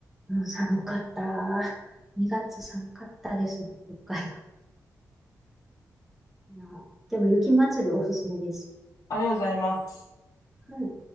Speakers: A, in the centre; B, on the left.
A: うん、寒かった。2月寒かったです、北海道。いや、でも雪祭りおすすめです。
B: ありがとうございます。
A: はい